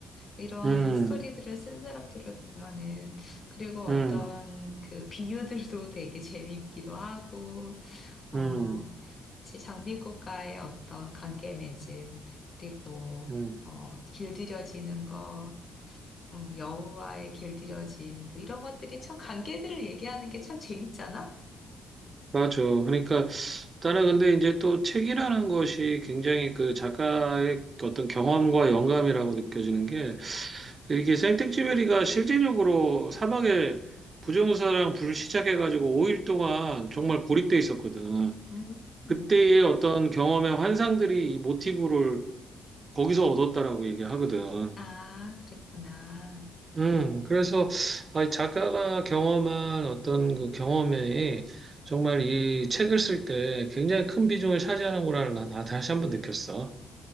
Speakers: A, on the left; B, on the right.
A: 이런
B: 음,
A: 스토리들을 쓰는 사람들을 보면은, 그리고 어떤
B: 음.
A: 그 비유들도 되게 <laughs> 재밌기도 하고, 어,
B: 음,
A: 지- 장미꽃과의 어떤 관계 맺음, 그리고,
B: 음,
A: 어, 길들여지는 거, 음, 여우와의 길들여짐, 뭐 이런 것들이 참 관계들을 얘기하는 게 참 재밌잖아?
B: 맞아. 그러니까 나는 근데 이제 또 책이라는 것이 굉장히 그 작가의 어떤 경험과 영감이라고 느껴지는 게 이게 생텍쥐페리가 실질적으로 사막에 부정사랑 불 시작해가지고 5일 동안 정말 고립돼 있었거든.
A: 음,
B: 그때의
A: 음.
B: 어떤 경험의 환상들이 이 모티브를 거기서 얻었다라고 얘기하거든.
A: 아, 그랬구나.
B: 음, 그래서 아, 이 작가가 경험한 어떤 그 경험에 정말 이 책을 쓸 때 굉장히 큰 비중을 차지하는구나 나 나 다시 한번 느꼈어.